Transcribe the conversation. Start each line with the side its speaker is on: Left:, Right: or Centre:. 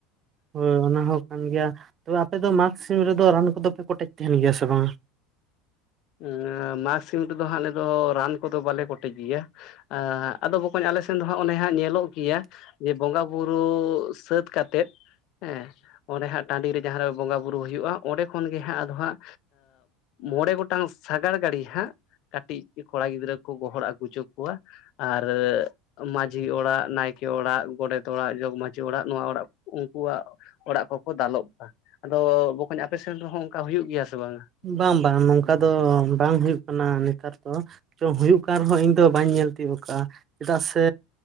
Right: ᱦᱳᱭ ᱚᱱᱟ ᱦᱚᱸ ᱠᱟᱱ ᱜᱮᱭᱟ ᱛᱚᱵᱮ ᱟᱯᱮ ᱫᱚ ᱢᱟᱜᱽ ᱥᱤᱢ ᱨᱮᱫᱚ ᱨᱟᱱ ᱠᱚᱫᱚ ᱯᱮ ᱠᱚᱴᱮᱡᱽ ᱛᱟᱦᱮᱱ ᱜᱮᱭᱟ ᱥᱮ ᱵᱟᱝ?
Left: ᱩᱸ ᱢᱟᱜᱽ ᱥᱤᱢ ᱨᱮᱫᱚ ᱦᱟᱸᱜ ᱟᱞᱮ ᱫᱚ ᱨᱟᱱ ᱠᱚᱫᱚ ᱵᱟᱞᱮ ᱠᱚᱴᱮᱡ ᱜᱮᱭᱟ᱾ ᱟ ᱟᱫᱚ ᱵᱚᱠᱚᱧ ᱟᱞᱮ ᱥᱮᱱ ᱫᱚ ᱦᱟᱸᱜ ᱚᱱᱮ ᱦᱟᱸᱜ ᱧᱮᱞᱚᱜ ᱜᱮᱭᱟ ᱡᱮ ᱵᱚᱸᱜᱟ ᱵᱩᱨᱩ ᱥᱟᱹᱛ ᱠᱟᱛᱮᱫ ᱦᱮᱸ ᱚᱸᱰᱮ ᱦᱟᱸᱜ ᱴᱟᱸᱰᱤ ᱨᱮ ᱡᱟᱦᱟᱸ ᱨᱮ ᱵᱚᱸᱜᱟ ᱵᱩᱨᱩ ᱦᱩᱭᱩᱜᱼᱟ ᱚᱸᱰᱮ ᱠᱷᱚᱱ ᱜᱮ ᱦᱟᱸᱜ ᱟᱫᱚ ᱦᱟᱸ ᱢᱚᱬᱮ ᱜᱚᱴ ᱴᱟᱝ ᱥᱟᱜᱟᱲ ᱜᱟᱲᱤ ᱦᱟᱸᱜ ᱠᱟᱹᱴᱤᱡ ᱠᱚᱲᱟ ᱜᱤᱫᱽᱨᱟᱹ ᱠᱚ ᱜᱚᱦᱚᱲ ᱟᱹᱜᱩ ᱪᱚ ᱠᱚᱣᱟ ᱟᱨ ᱢᱟᱡᱷᱤ ᱚᱲᱟᱜ ᱱᱟᱭᱠᱮ ᱚᱲᱟᱜ ᱜᱚᱰᱮᱛ ᱚᱲᱟᱜ ᱡᱚᱜᱽᱢᱟᱡᱷᱤ ᱚᱲᱟᱜ ᱱᱚᱣᱟ ᱚᱲᱟᱜ ᱩᱱᱠᱩᱣᱟᱜ ᱚᱲᱟᱜ ᱠᱚᱠᱚ ᱫᱟᱞᱚᱵ ᱠᱟ ᱟᱫᱚ ᱵᱚᱠᱚᱧ ᱟᱯᱮ ᱥᱮᱱ ᱨᱮᱦᱚᱸ ᱚᱱᱠᱟ ᱦᱩᱭᱩᱜ ᱜᱮᱭᱟ ᱥᱮ ᱵᱟᱝᱟ?
Right: ᱵᱟᱝ ᱵᱟᱝ ᱱᱚᱝᱠᱟ ᱫᱚ ᱵᱟᱝ ᱦᱩᱭᱩᱜ ᱠᱟᱱᱟ ᱱᱮᱛᱟᱨ ᱫᱚ᱾ ᱪᱚᱝ ᱦᱩᱭᱩᱜ ᱠᱟᱱ ᱨᱮᱦᱚᱸ ᱤᱧ ᱫᱚ ᱵᱟᱹᱧ ᱧᱮᱞ ᱛᱤᱭᱳᱜ ᱠᱟᱜᱼᱟ ᱪᱮᱫᱟᱜ ᱥᱮ